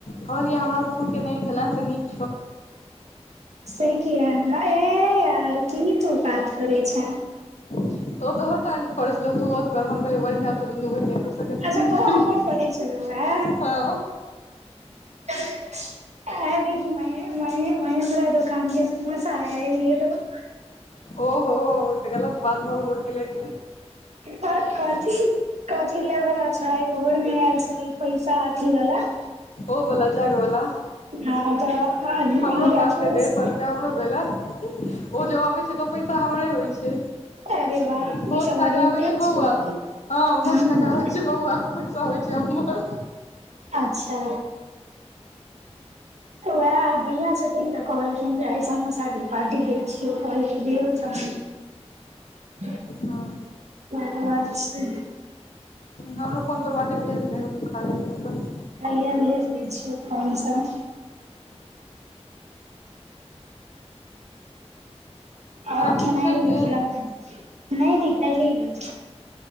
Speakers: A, on the left; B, on the right.
A: कहलिए यए हमरा सब सनक नहि भेलै से निक
B: से किया ऐना ए यार की तू बात करै छैँ
A: तो ओ तोहो तारीफ करै छलौ तू ओकर हम कहलियै बढ़िया छौ दुनू बहिन एक दोसर के
B: अच्छा
A: तारीफ
B: ओ
A: करी
B: हमर करै छलौआ
A: हँ
B: अ देखी म मे महेन्द्रा दोकान के सम तायल गेलै ह
A: ओहो त गलत बात भ गेलै ओयकेंलेल
B: बस कथि कथी लाअ ओकरा छै घर मे आयल छलै पैसा अथी वला
A: ओवला जगवला
B: हँ तऽ
A: हमरो
B: अखिलेश
A: पास अइ डेढ़ सौ रुपआ हमरो भेले है ओ जब अबै छै तऽ ओ पैसा हमरे होइ छै
B: अ रे वाह
A: भोज
B: इसब
A: खा
B: बढ़िये
A: कऽ आबै बौआ
B: छै
A: हँ भोज
B: हूँ
A: खाक आबै छै बौआ पैसा होइ छै हमर
B: अच्छा तऽ उएह आइ भैया छथिन तऽ कहलखिन जे आइऐसमेसाड़ी पार्टी दै छियौ कहलखिन दियौ <unintelligible> ह
A: हँ
B: कोउन बात छै
A: हमरो फोन दरबाजे भेज दे हमहूँ खा लेब बैस कऽ
B: हैया भेज दै छियौ फोन सँ हें ओर
A: आशीष
B: खनाइ
A: छैहे
B: नहि नहि केलिए